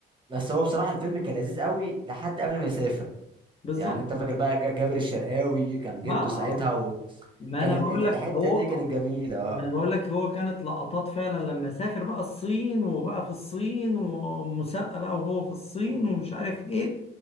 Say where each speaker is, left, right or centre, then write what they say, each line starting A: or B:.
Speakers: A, on the right; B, on the left.
A: بس هو بصراحه الفيلم كان لذيذ قوي لحد قبل ما يسافر
B: بالظبط
A: يعني انت فاكر بقى ج- جابر الشرقاوي كان جده
B: اه آه.
A: ساعتها
B: ما
A: كان
B: انا
A: ال-
B: بقول
A: ال- الحته
B: لك هو
A: دي كانت جميله اه
B: ما انا بقول لك هو كانت لقطات فعلا لما سافر بقى الصين وبقى في الصين ومسابقة بقى وهو في الصين ومش عارف ايه